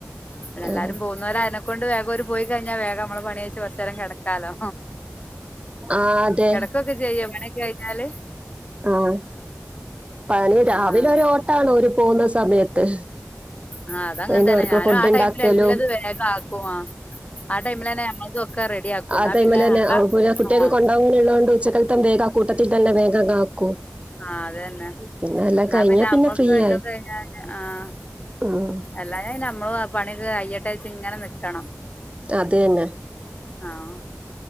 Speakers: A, on the left; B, on the right.
A: പിന്നെ എല്ലാരും
B: ആ
A: പോകുന്നവര് ആയനെക്കൊണ്ട് വേഗം ഓര് പോയി കഴിഞ്ഞാ വേഗം അമ്മളെ പണി കയിച്ച് കൊറച്ചേരം കെടക്കാലോ?
B: ആ അതെ
A: കെടക്കൊക്കെ ചെയ്യൊ പണിയൊക്കെ കഴഞ്ഞാല്?
B: ആഹ് പണി രാവിലെ
A: ആഹ്
B: ഒരു ഓട്ടാണ് ഓര് പോകുന്ന സമയത്ത്
A: ആഹ് അത് അങ്ങത്തന്നെ
B: അതിന് അവർക്ക്
A: ഞാനും
B: ഫുഡ്
A: ആ
B: ഉണ്ടാക്കലും
A: ടൈമില് എല്ലതും വേഗാക്കും ആഹ് ആ ടൈമിലന്നെ ഞമ്മൾതൊക്കെ റെഡി ആക്കും
B: ആ
A: എന്നാ
B: ടൈമലന്നെ
A: പിന്നെ ആഹ്
B: പിന്നെ കുട്ടികൾക്ക് കൊണ്ടോകാൻ ഇള്ളോണ്ട് ഉച്ചക്കൽത്തെ എന്തേലും ആ കൂട്ടത്തിൽ തന്നെ വേഗങ്ങ് ആക്കും
A: ആഹ് അത് തന്നെ
B: പിന്നെ എല്ലാം
A: ഇന്നാ
B: കഴിഞ്ഞാൽ
A: പിന്നെ അമ്മക്ക്
B: ഫ്രീ
A: എല്ലും
B: ആയി
A: കഴിഞ്ഞ പിന്നെ ആഹ്
B: ഉം
A: എല്ലാഞ പിന്നെ നമ്മള് പണിയക്കെ കയിയെട്ടെ വിയാരിച്ച്ങ്ങനെ നിക്കണം
B: അത് തന്നെ
A: ആഹ്